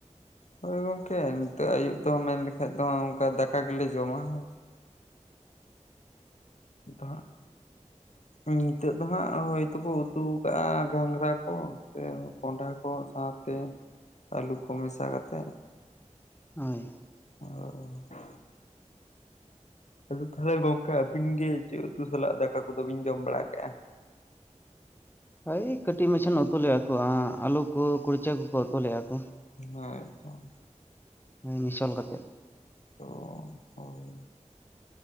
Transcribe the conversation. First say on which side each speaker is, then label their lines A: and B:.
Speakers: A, on the left; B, on the left.
A: ᱦᱚᱳᱭ ᱜᱚᱝᱠᱮ ᱱᱤᱛᱚᱜ ᱟᱹᱭᱩᱵ ᱫᱚ ᱢᱮᱱ ᱞᱮᱠᱷᱟᱡ ᱫᱚ ᱚᱱᱠᱟ ᱫᱟᱠᱟ ᱜᱮᱞᱮ ᱡᱚᱢᱟ ᱦᱳ ᱾ ᱫᱟ ᱦᱟᱜ ᱱᱤᱛᱚᱜ ᱫᱚ ᱦᱟᱸᱜ ᱦᱚᱳᱭᱛᱠᱚ ᱩᱛᱩ ᱟᱠᱟᱜᱼᱟ ᱜᱷᱟᱸᱜᱽᱨᱟ ᱠᱚ ᱥᱮ ᱠᱚᱸᱰᱷᱟ ᱠᱚ ᱾ ᱥᱟᱶᱛᱮ ᱟᱹᱞᱩ ᱠᱚ ᱢᱮᱥᱟ ᱠᱟᱛᱮ ᱾
B: ᱦᱳᱭ
A: ᱚ ᱟᱫᱚ ᱛᱟᱦᱚᱞᱮ ᱜᱚᱝᱠᱮ ᱟᱹᱵᱤᱱ ᱜᱮ ᱪᱮᱫ ᱩᱛᱩ ᱥᱟᱞᱟᱜ ᱫᱟᱠᱟ ᱠᱚᱫᱚ ᱵᱤᱱ ᱡᱚᱢ ᱵᱟᱲᱟ ᱠᱟᱜᱼᱟ?
B: ᱦᱳᱭ ᱠᱟᱹᱴᱤᱡ ᱢᱟᱪᱷᱟᱹᱱ ᱩᱛᱩᱮᱫᱼᱟ ᱠᱚ ᱟᱞᱩ ᱠᱚ ᱠᱩᱲᱪᱟᱹ ᱠᱚᱠᱚ ᱩᱛᱩᱚᱞᱮᱫᱼᱟ ᱠᱚ᱾
A: ᱦᱳᱭ ᱛᱚ
B: ᱢᱤᱥᱚᱞ ᱠᱟᱛᱮᱫ
A: ᱛ ᱦᱳᱭ